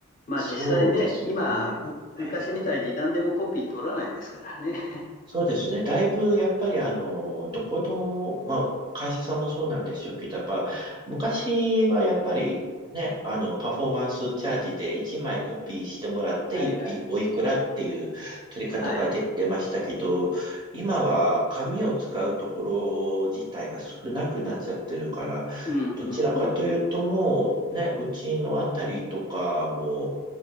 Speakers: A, on the left; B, on the right.
A: まあ実際ね、
B: そうですね。
A: 今、む昔みたいに何でもコピー取らないですからね。
B: えー
A: <laughs>
B: そうですね。だいぶ、やっぱり、あの、どこの、まあ、会社さんもそうなんでしょうけど、やっぱ、昔はやっぱり、ね、あの、パフォーマンスチャージで1枚コピーしてもらって、
A: はいはい。
B: いいおいくらっていう取り方ができてましたけど、
A: はい。
B: 今は紙を使うところ自体が少なくなっちゃってるから、
A: うん、
B: どちらかというともう、
A: うん、うん、うん。
B: ね、うちのあたりとかも、